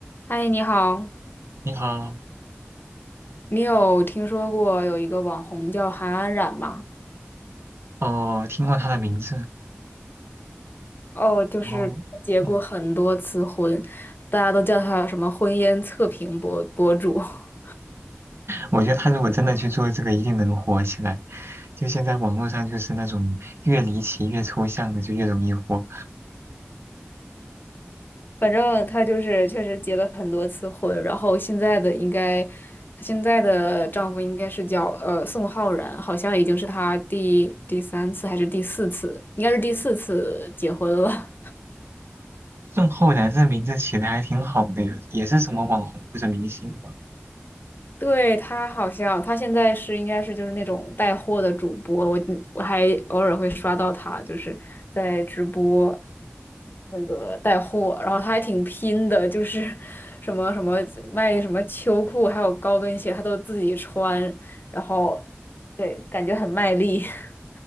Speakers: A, on the left; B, on the right.
A: 嗨，你好，
B: 你好，
A: 你有听说过有一个网红叫韩安冉吗？
B: 哦，听过他的名字，
A: 哦，就是她结过很多次婚，
B: 然后，嗯，
A: 大家都叫她什么婚姻测评博博主。<laughs>
B: 我觉得他如果真的去做这个，一定能火起来。就现在网络上就是那种越离奇、越抽象的，就越容易火。
A: 反正她就是确实结了很多次婚，然后现在的应该，她现在的丈夫应该是叫呃宋浩然，好像已经是她第第三次还是第四次，应该是第四次结婚了。
B: 郑浩然这名字起的还挺好的呀，也是什么网红或者明星吧。
A: 对，他好像，他现在是应该是就是那种带货的主播，我我还偶尔会刷到他，就是在直播那个带货，然后他还挺拼的，就是 <laughs> 什么什么卖什么秋裤，还有高跟鞋，他都自己穿，然后对，感觉很卖力。<laughs>